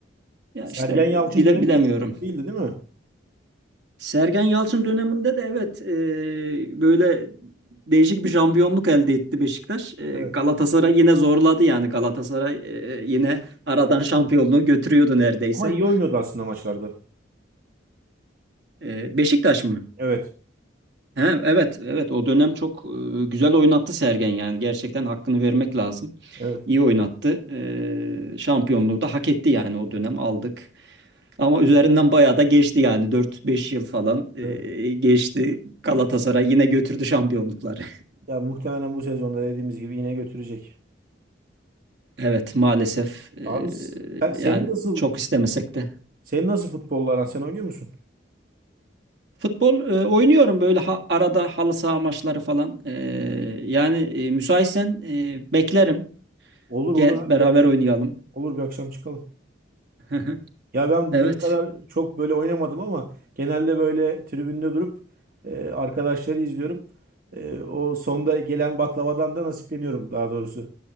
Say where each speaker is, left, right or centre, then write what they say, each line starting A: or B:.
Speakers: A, on the right; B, on the right.
A: ya
B: Sergen
A: işte
B: Yalçın
A: bile,
B: dönemi
A: bilemiyorum.
B: de çok kötü değildi değil mi?
A: Sergen Yalçın döneminde de evet e, böyle değişik bir şampiyonluk elde etti Beşiktaş. E,
B: Evet.
A: Galatasaray yine zorladı yani Galatasaray e, yine aradan şampiyonluğu götürüyordu neredeyse.
B: Ama iyi oynuyordu aslında maçlarda.
A: E, Beşiktaş mı?
B: Evet.
A: He, evet evet o dönem çok e, güzel oynattı Sergen yani gerçekten hakkını vermek lazım.
B: Evet.
A: İyi oynattı. E, şampiyonluğu da hak etti yani o dönem aldık. Ama üzerinden bayağı da geçti yani dört beş yıl falan e,
B: Evet.
A: geçti. Galatasaray yine götürdü şampiyonlukları.
B: Ya muhtemelen bu sezonda dediğimiz gibi yine götürecek.
A: Evet maalesef e,
B: Abi sen- senin
A: yani
B: nasıl
A: çok istemesek de.
B: senin nasıl futbolla aran? Sen oynuyor musun?
A: Futbol e, oynuyorum böyle ha- arada halı saha maçları falan. E, yani e, müsaitsen e, beklerim.
B: Olur
A: Gel
B: olur abi
A: beraber
B: bir akşam,
A: oynayalım.
B: olur bir akşam çıkalım.
A: <laughs>
B: Ya ben bugüne
A: Evet.
B: kadar çok böyle oynamadım ama genelde böyle tribünde durup e, arkadaşları izliyorum. E, o sonda gelen baklavadan da nasipleniyorum daha doğrusu.